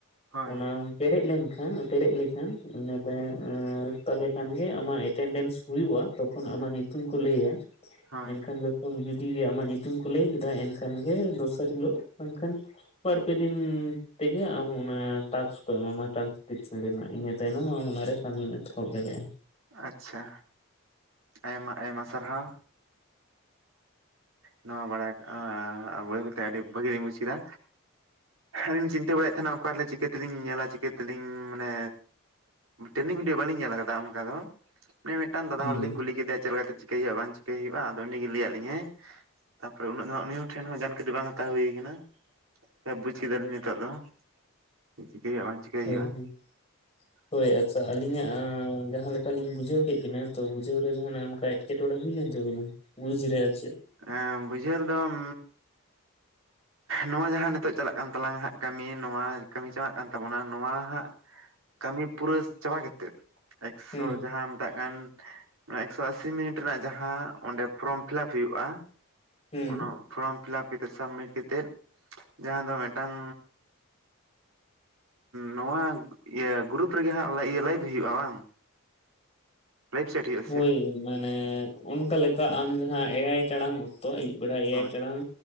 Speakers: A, on the right; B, on the left.
A: ᱦᱳᱭ
B: ᱚᱱᱟᱢ ᱯᱮᱨᱮᱡ ᱞᱮᱱᱠᱷᱟᱱ ᱯᱮᱨᱮᱡ ᱞᱮᱠᱷᱟᱱ ᱤᱱᱟᱹᱛᱟᱭᱢ ᱛᱟᱞᱦᱮ ᱠᱷᱟᱱᱜᱮ ᱟᱢᱟᱜ ᱮᱴᱮᱱᱰᱮᱱᱥ ᱦᱩᱭᱩᱜ-ᱟ ᱛᱚᱠᱷᱚᱱ ᱟᱢᱟᱜ ᱧᱩᱛᱩᱢ ᱠᱚ ᱞᱟᱹᱭᱟ
A: ᱦᱳᱭ
B: ᱮᱱᱠᱷᱟᱱᱜᱮ ᱡᱩᱫᱤ ᱜᱮ ᱟᱢᱟᱜ ᱧᱩᱛᱩᱢ ᱠᱚ ᱞᱟᱹᱭ ᱠᱮᱫᱟ ᱮᱱᱠᱷᱟᱱ ᱜᱮ ᱫᱚᱥᱟᱨ ᱦᱤᱞᱳᱜ ᱵᱟᱝ ᱠᱷᱟᱱ ᱵᱟᱨᱯᱮ ᱫᱤᱱ ᱛᱮᱜᱮ ᱟᱢ ᱚᱱᱟ ᱴᱟᱠᱥ ᱠᱚ ᱮᱢᱟᱢᱟ ᱴᱨᱟᱱᱥᱠᱤᱯᱥᱮᱱ ᱨᱮᱱᱟᱜ ᱤᱱᱟᱹ ᱛᱟᱭᱱᱚᱢ ᱟᱢ ᱚᱱᱟᱨᱮ ᱠᱟᱹᱢᱤᱢ ᱮᱛᱚᱦᱚᱵ ᱫᱟᱲᱮᱜ-ᱟ
A: ᱟᱪᱪᱷᱟ ᱟᱭᱢᱟ ᱟᱭᱢᱟ ᱥᱟᱨᱦᱟᱣ ᱱᱚᱣᱟ ᱵᱟᱲᱟᱭ ᱵᱟᱹᱭᱵᱟᱹᱭ ᱛᱮ ᱟᱹᱰᱤ ᱵᱷᱟᱹᱜᱤ ᱞᱤᱧ ᱵᱩᱡᱽ ᱠᱮᱫᱟ ᱟᱹᱞᱤᱧ ᱞᱤᱧ ᱪᱤᱱᱛᱟᱹ ᱵᱟᱲᱟᱭᱮᱫ ᱛᱟᱦᱮᱱᱟ ᱚᱠᱟᱨᱮ ᱪᱤᱠᱟᱹ ᱛᱤᱞᱤᱧ ᱧᱮᱞᱟ ᱪᱤᱠᱟᱹ ᱛᱤᱞᱤᱧ ᱢᱟᱱᱮ ᱴᱨᱮᱱᱤᱝ ᱵᱷᱤᱰᱤᱭᱳ ᱵᱟᱹᱞᱤᱧ ᱧᱮᱞ ᱟᱠᱟᱫᱟ ᱚᱱᱠᱟ ᱫᱚ ᱚᱱᱮ ᱢᱤᱫ ᱴᱟᱝ ᱫᱟᱫᱟ
B: ᱦᱩᱸ
A: ᱦᱚᱲᱞᱤᱧ ᱠᱩᱞᱤ ᱠᱮᱫᱮᱭᱟ ᱪᱮᱫ ᱞᱮᱠᱟᱛᱮ ᱪᱤᱠᱟᱹᱭ ᱦᱩᱭᱩᱜ-ᱟ ᱵᱟᱝ ᱪᱤᱠᱟᱹᱭ ᱦᱩᱭᱩᱜ-ᱟ ᱟᱫᱚ ᱩᱱᱤᱜᱤ ᱞᱟᱹᱭᱟᱜ ᱞᱤᱧᱟᱹᱭ ᱛᱟᱯᱚᱨᱮ ᱩᱱᱟᱹᱜ ᱫᱚ ᱦᱟᱸᱜ ᱩᱱᱤ ᱦᱚᱲ ᱴᱷᱮᱱ ᱦᱚᱸ ᱡᱟᱱᱠᱟᱨᱤ ᱫᱚ ᱵᱟᱝ ᱦᱟᱛᱟᱣ ᱦᱩᱭ ᱠᱟᱱᱟ ᱵᱩᱪ ᱠᱮᱫᱟᱞᱤᱧ ᱱᱤᱛᱚᱜ ᱫᱚ ᱪᱮᱜ ᱪᱤᱠᱟᱹᱭ ᱦᱩᱭᱩᱜ-ᱟ ᱵᱟᱝ ᱪᱤ
B: ᱦᱳᱭ ᱦᱳᱭ
A: <inaudible>
B: ᱦᱳᱭ ᱟᱪᱪᱷᱟ ᱟᱹᱞᱤᱧᱟᱜᱻ ᱡᱟᱦᱟᱸ ᱞᱮᱠᱟᱞᱤᱧ ᱵᱩᱡᱷᱟᱹᱣ ᱠᱮᱫ ᱠᱤᱱᱟ ᱛᱚ ᱵᱩᱡᱷᱟᱹᱣ ᱨᱮ ᱚᱱᱮ ᱚᱱᱠᱟ ᱮᱴᱠ ᱠᱮᱴᱚᱲᱮ ᱦᱩᱭ ᱞᱮᱱ ᱛᱟᱵᱤᱱᱟ ᱵᱩᱡᱽ ᱨᱮ ᱟᱨᱪᱮᱫ?
A: ᱮᱸ ᱵᱩᱡᱷᱟᱹᱣ ᱨᱮᱫᱚᱢ ᱱᱚᱣᱟ ᱡᱟᱦᱟᱸ ᱱᱤᱛᱚᱜ ᱪᱟᱞᱟᱜ ᱠᱟᱱ ᱛᱟᱞᱟᱝᱟ ᱦᱟᱸᱜ ᱠᱟᱹᱢᱤ ᱱᱚᱣᱟ ᱠᱟᱹᱢᱤ ᱪᱟᱵᱟᱜ ᱠᱟᱱ ᱛᱟᱵᱚᱱᱟ ᱱᱚᱣᱟ ᱦᱟᱸᱜ ᱠᱟᱹᱢᱤ ᱯᱩᱨᱟᱹ ᱪᱟᱵᱟ ᱜᱮᱛᱮᱫ ᱮᱠᱥᱚ
B: ᱦᱩᱸ
A: ᱡᱟᱦᱟᱸ ᱢᱮᱛᱟᱜ ᱠᱟᱱ ᱮᱠᱥᱚ ᱟᱥᱤ ᱢᱤᱱᱤᱴ ᱨᱮᱱᱟᱜ ᱡᱟᱦᱟᱸ ᱚᱸᱰᱮ ᱯᱷᱨᱚᱢ ᱯᱷᱤᱞᱟᱯ ᱦᱩᱭᱩᱜ-ᱟ
B: ᱦᱩᱸ
A: ᱚᱱᱚᱜ ᱯᱷᱚᱨᱚᱢ ᱯᱷᱤᱞᱟᱯ ᱠᱟᱛᱮᱫ ᱥᱟᱵᱽᱢᱤᱴ ᱠᱟᱛᱮᱫ ᱡᱟᱦᱟᱸ ᱫᱚ ᱢᱮᱴᱟᱝ ᱱᱚᱣᱟ ᱤᱭᱟᱹ ᱜᱩᱨᱩᱯ ᱨᱮᱜᱮ ᱦᱟᱸᱜ ᱞᱟᱭᱤᱵᱷ ᱦᱩᱭᱩᱜ-ᱟ ᱵᱟᱝ ᱞᱟᱭᱤᱵᱷ ᱥᱮᱴ ᱦᱩᱭᱩᱜᱼᱟ ᱥᱮ
B: ᱦᱳᱭ
A: ᱪᱮᱫ
B: ᱢᱟᱱᱮ ᱚᱱᱠᱟ ᱞᱮᱠᱟ ᱟᱢ ᱡᱟᱦᱟᱸ ᱮᱭᱟᱭ ᱴᱟᱲᱟᱝ ᱚᱠ ᱛᱚ ᱟᱹᱭᱩᱵ ᱵᱮᱲᱟ ᱮᱭᱟᱭ
A: ᱦᱳᱭ
B: ᱴᱟᱲᱟᱝ